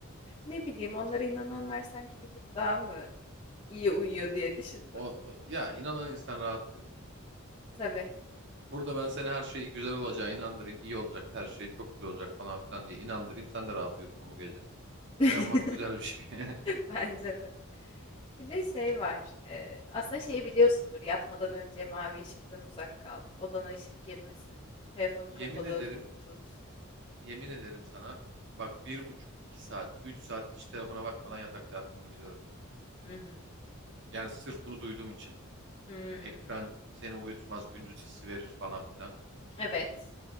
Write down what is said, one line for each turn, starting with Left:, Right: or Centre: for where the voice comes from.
Left: Ne bileyim onlara inananlar sanki bir tık daha mı iyi uyuyor diye düşündüm.
Right: O, o- ya inanan insan rahat yürür.
Left: Tabii.
Right: Burada ben seni her şey güzel olacağı inandırayım, iyi olacak, her şey çok güzel olacak falan filan diye inandırayım. Sen de rahat uyursun bu gece.
Left: <laughs>
Right: İnanmak güzel bir şey. <laughs>
Left: Bence de. Bir de şey var. e, aslında şey biliyorsundur. Yatmadan önce mavi ışıktan uzak kal. Odana ışık girmesin. Telefonu
Right: Yemin
Left: kapalı
Right: ederim
Left: tut.
Right: Yemin ederim sana bak bir buçuk, iki saat, üç saat hiç telefona bakmadan yatakta yattığımı biliyorum.
Left: Hı hı.
Right: Yani sırf bunu duyduğum için.
Left: Hmm,
Right: Hani ekran seni uyutmaz, gündüz hissi verir falan filan.
Left: Evet.